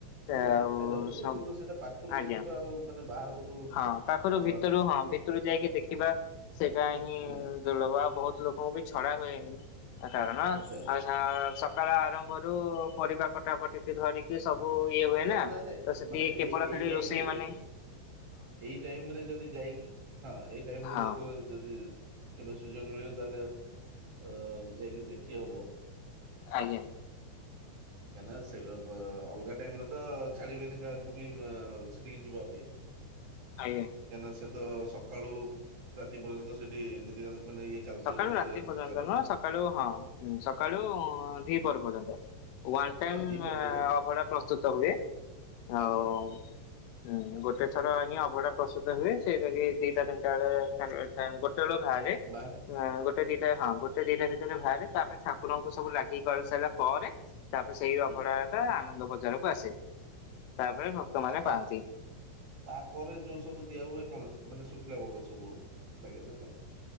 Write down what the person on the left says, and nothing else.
ଆଉ
ସବ
ଆଜ୍ଞା
ହଁ ପାଖରୁ
ଭିତରୁ ହଁ ଭିତ ତୁରୁ ଯାଇକି ଦେଖିବା ସେଇଟା ହିଁ
ଦୁର୍ଲଭ ଆଉ ବହୁତ ଲୋକଙ୍କୁ ବି ଛଡ଼ା ହୁଏନି ଆ କାରଣ
ଆଉ ସ ଆ ସକାଳ ଆରମ୍ଭରୁ ପରିବା କଟା କଟି ଏ ଧରିକି ସବୁ ଇଏ ହୁଏ
ନା
ତ ସେଠି
କେବଳ
ଖାଲି
ରୋଷେଇଆ
ମାନେ
ହଁ
ଆଜ୍ଞା।
ଆଜ୍ଞା।
ସକାଳୁ
ରାତି ପର୍ଯ୍ୟନ୍ତ
ନୁହଁ ସକାଳୁ ହଁ ଉଁ ସକାଳୁ ଦି ପହର ପର୍ଯ୍ୟନ୍ତ। ୱାନ ଟାଇମ୍
ଆ
ଅଭଡ଼ା ପ୍ରସ୍ତୁତ ହୁଏ ଆଉ
ହୁଁ ଗୋଟେ ଥର ହିଁ ଅଭଡ଼ା ପ୍ରସ୍ତୁତ ହୁଏ ସେଇଟା କି ଦିଟା ତିନିଟା ବେଳେ ଖାନ ଗୋଟେ ବେଳୁ ଖାନ୍ତି।
ହଁ ଗୋଟେ ଦିଟା ହଁ ଗୋଟେ ଦିଟା ଭିତରେ ବାହାରେ ତାପରେ ଠାକୁରଙ୍କୁ ସବୁ ଲାଗି କରି ସାରିଲା ପରେ ତାପରେ ସେଇ
ଅଭଡ଼ା ଏକା ଆନନ୍ଦ ବଜାରକୁ ଆସେ। ତାପରେ
ଭକ୍ତମାନେ
ପାଆନ୍ତି।